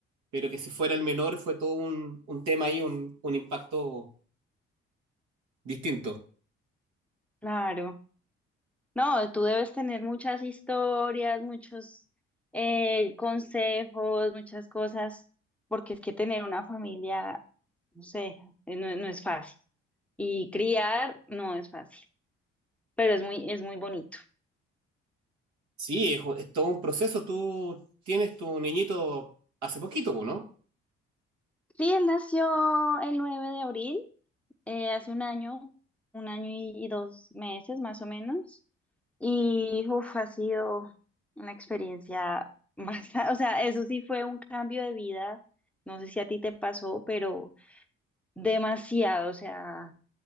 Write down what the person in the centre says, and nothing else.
Claro. No, tú debes tener muchas historias, muchos eh, consejos, muchas cosas, porque es que tener una familia, no sé, eh, no, no es fácil. Y criar no es fácil, pero es muy, es muy bonito.
Sí, él nació el 9 de abril, eh, hace un año, un año y dos meses más o menos. Y uf, ha sido una experiencia más <laughs> o sea, eso sí fue un cambio de vida, no sé si a ti te pasó, pero demasiado, o sea,